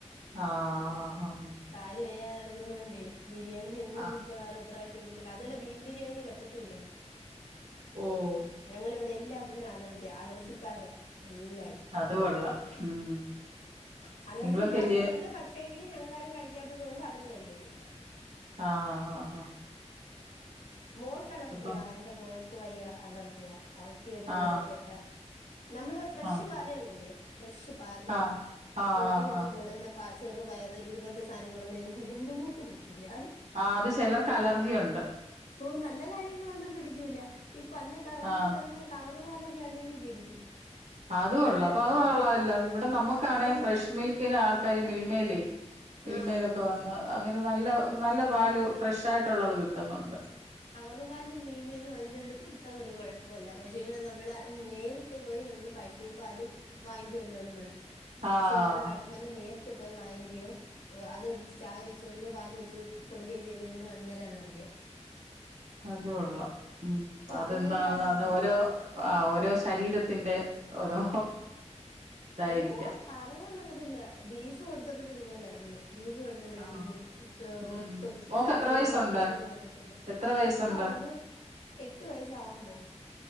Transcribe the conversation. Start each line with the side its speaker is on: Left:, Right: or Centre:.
Right: ആഹ് ആഹ് ആഹ്
Left: കാല് വയ്യാതെകെടക്കുന്നൊണ്ടെ ബിരിയാണിയൊന്നും
Right: ആഹ്
Left: മിക്കവാറും ഇ പ്രാവശ്യം കിട്ട് അതുപോലെ ബീഫ് ബിരിയാണി പറ്റത്തുല്ല നമക്ക്
Right: ഓ
Left: ഞങ്ങള ഇവിടെല്ലാ- ത്തിന് അലർജി അലർജിക്കാര എല്ലാവരും
Right: അത് കൊള്ളാം ഉം
Left: അലർജി
Right: നിങ്ങളൊക്കെ
Left: ഇല്ലാത്തവരുണ്ട്
Right: വല്യ
Left: പക്ഷെ എങ്കിലും ഞങ്ങളാരും കഴിക്കാത്തത് കൊണ്ട് അവരും കഴിക്കത്തില്ല
Right: ആഹ് ആഹ് ആഹ് ആഹ്
Left: മോൾക്ക് അലർജിയാ
Right: അപ്പം
Left: എന്റെ മോൾക്ക് വയ്യ അലർജിയാ അവക്ക ഇയ്യ് ഒരുമാതിരിപ്പെട്ട
Right: ആഹ്
Left: നമ്മള് ഫ്രഷ്
Right: ആഹ്
Left: പാല് ഉള്ളല്ലേ ഫ്രഷ് പാല്
Right: ആഹ് ആഹ്
Left: പ്രോട്ടീനൊക്കെ
Right: ആഹ് ആഹ് ആഹ്
Left: കൂടുന്ന പാ ച്ചെറ് പയറ് ഇതുപോലത്തെ സാധനങ്ങളൊന്നും എ എൻ്റെമോക്ക് പറ്റൂല
Right: ആ ഹ് അത് ചെലർക്ക് അലർജിയുണ്ട്
Left: ഓ നല്ല കാര്യങ്ങളൊന്നും പിടിക്കൂല ഇപ്പൊ പന്നെ കവറിന്ന്
Right: ആഹ്
Left: വരുന്ന കവർ പാലൊക്കെ ആണെങ്കിൽ പിടിക്കും
Right: അതു കൊള്ള
Left: നല്ല
Right: അപ്പൊ അത് കൊള്ളാലൊ ഇവിടെ നമ്മക്കാണെ
Left: ഓ
Right: ഫ്രഷ് മിൽക്കിന് ആൾക്കാാര് മിൽമേലേ മിൽമലൊക്കെ
Left: ആഹ്
Right: വന്ന് അങ്ങനെ നല്ല നല്ല പാല് ഫ്രഷ ആയിട്ടുള്ളത് കിട്ടുന്നുണ്ട്
Left: കുറുകാല മിൽമയന്ന് വാങ്ങിച്ചുകൊണ്ട് കൊടുത്ത ഒരു കുഴപ്പൊല്ല പക്ഷേ നമ്മള നേരി ട്ട് പോയി നമ്മൾ പശൂമ്പാല് വാങ്ങിക്കുവല്ലോ നമ്മള്
Right: ആഹ്
Left: പശും പല് അട്ട് ല്ല നേരിട്ട് പോയി വാങ്ങിക്കയോ അത പാൽ നേരിട്ട് പോയി വാങ്ങിക്കുംഅത് എടുത്ത് ചായ വെച്ച് കൊടുക്കെ പാല് വെച്ച് കൊടുക്കെ ചെയ്തു കഴിഞ്ഞാ പിന്നെ ഒര് അലർജിയ
Right: അതുകൊള്ളാം ഉം അതെന്താണെന്ന്
Left: അങ്ങനത്തെ അലർജി
Right: അത് ഓരോ ഓരോ ശരീരത്തിന്റെ ഓരോ ഇതായിരിക്കാം
Left: എന്താ പറയാൻ പറ്റുന്നില്ല ബീഫ് കൊടുത്തപ്പോഴും ഇതുപോലായിരുന്നു ബീഫ് കൊടു ത്തപ്പോയെക്കും
Right: ആഹ് ഉം
Left: മൊത്തം
Right: മോക്ക്
Left: ശ്വാസം
Right: എത്ര വയസുണ്ട്
Left: കിട്ടാ ഓക്സിജൻ കിട്ടത്തില്ല
Right: എത്ര വയസുണ്ട്
Left: ഇപ്പൊ അവക്ക് എട്ട് വയസ്സാവാൻ പോണ്